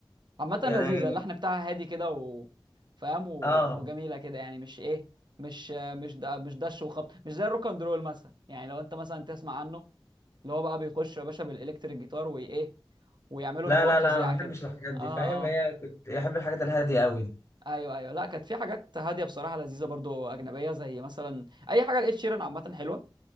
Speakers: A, on the right; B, on the left.
A: عامه لذيذه
B: يعني
A: اللحن بتاعها هادي كده و فاهم و...
B: اه
A: وجميله كده يعني مش ايه مش آه، مش ده مش دش وخبط مش زي الروك اند رول مثلا يعني لو انت مثلا تسمع عنه اللي هو بقى بيخش يا باشا بالالكتريك جيتار وايه ويعملوا
B: لا
A: نغمات
B: لا
A: فظيعه
B: لا ما بحبش
A: كده
B: الحاجات دي
A: اه
B: فاهم هي
A: اه
B: كنت بحب الحاجات الهادية قوي دي
A: ايوه ايوه لا كانت في حاجات هاديه بصراحه لذيذه برضو اجنبيه زي مثلا اي حاجه لقيت شيرن عامه حلوه